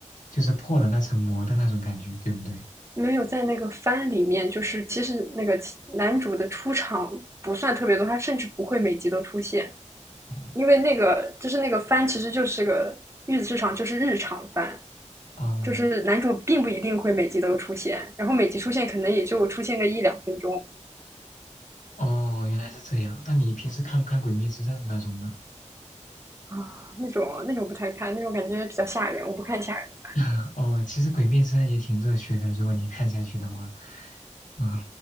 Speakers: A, on the left; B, on the right.
A: 就是破的那层膜的那种感觉，对不对？
B: 没有在那个番里面，就是其实那个男主的出场不算特别多，他甚至不会每集都出现。
A: 哦
B: 因为那个就是那个番，其实就是个玉子市场，就是日常番，
A: 哦
B: 就是男主并不一定会每集都出现，然后每集出现可能也就出现个一两分钟
A: 哦，原来是这样。那你平时看不看《鬼灭之刃》那种的？
B: 啊，那种那种不太看，那种感觉比较吓人，我不看吓人的番。
A: <laughs> 哦，其实《鬼灭之刃》也挺热血的，如果你看下去的话，嗯，